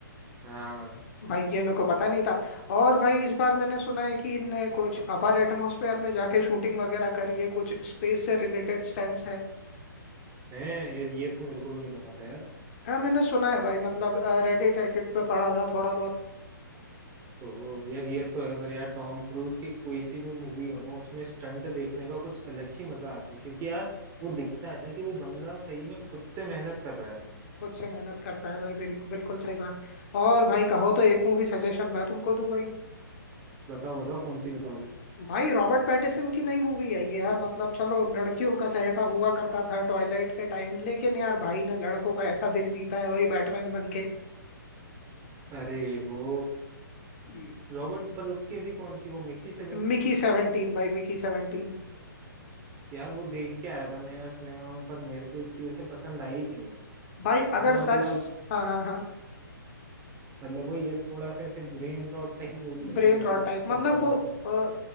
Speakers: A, on the right; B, on the left.
A: हाँ
B: भाई ये मेरे को पता नहीं था और भाई इस बार मैंने सुना है कि इनने कुछ अपर एटमॉस्फेयर में जाके शूटिंग वगैरह करी है कुछ स्पेस से रिलेटेड स्टंट्स है
A: है यार ये तो मेरे को भी नहीं पता था यार
B: हाँ मैंने सुना है भाई मतलब रेडिट एडिट पे पढ़ा था थोड़ा बहुत
A: तो यार ये तो है अगर यार टॉम क्रूज की कोई सी भी मूवी हो ना उसमें स्टंट देखने का कुछ अलग ही मजा आता है क्योंकि यार वो दिखता है ना कि वो बंदा सही में खुद से मेहनत कर रहा है
B: खुद से मेहनत करता है भाई बिल्कुल बिल्कुल सही बात और भाई कहो तो एक मूवी सजेशन मैं तुमको दूं भाई
A: बताओ बताओ कौन सी बताओगे
B: भाई रॉबर्ट पैटिसन की नई मूवी आई है यार मतलब चलो लड़कियों का चहेता हुआ करता था ट्वाइलाइट के टाइम लेकिन यार भाई ने लड़कों का ऐसा दिल जीता है भाई बैटमैन बन के
A: अरे वो
B: हम्म,
A: रॉबर्ट पर उसकी अभी कौन सी वो मिक्की सेवेंटीन
B: मिकी सेवनटीन भाई मिकी सेवनटीन
A: यार वो देख के आया था मैं यार सिनेमा में पर मेरे को इतनी वैसे पसंद आई थी वो
B: भाई अगर
A: थोड़ा
B: सच
A: मतलब
B: हाँ हाँ हाँ
A: मतलब वही है थोड़ा सा ऐसे ब्रेन रॉट टाइप मूवी लगी
B: ब्रेन
A: मेरे
B: रॉट
A: को
B: टाइप मतलब
A: सच बताऊं
B: वो
A: तो
B: अ,